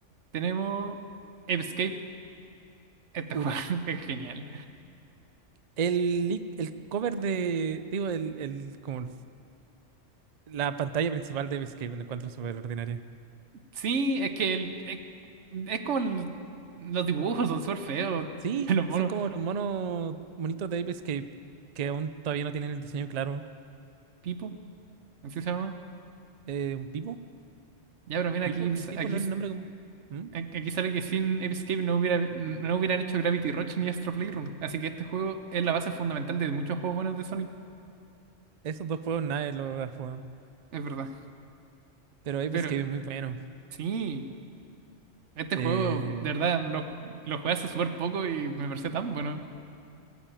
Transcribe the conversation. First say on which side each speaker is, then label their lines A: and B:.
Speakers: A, on the right; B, on the right.
A: tenemos Escape. Este
B: uno.
A: juego <laughs> es genial.
B: El, lic- el cover de. Digo, el, el, como el f- la pantalla principal de Ape Escape, me encuentro súper ordinaria.
A: Sí, es que el- es, es como el- los dibujos son súper feos
B: Sí,
A: <laughs> de los monos.
B: son como los monos monitos de Ape Escape que aún todavía no tienen el diseño claro.
A: Pipo, así se llama.
B: Eh, ¿un Pipo?
A: Ya, pero mira,
B: ¿Pipo?
A: aquí,
B: ¿Un Pipo
A: aquí,
B: no es el nombre? como- ¿Mm?
A: aquí sale que sin Escape no hubiera, no hubieran hecho Gravity Rush ni Astro Playroom. Así que este juego es la base fundamental de muchos juegos buenos de Sonic.
B: Esos dos juegos nadie los ha jugado.
A: Es verdad.
B: Pero Ape
A: Pero
B: Escape es muy bueno.
A: sí, este
B: Eh,
A: juego, de verdad, lo, lo jugué hace súper poco y me pareció tan bueno.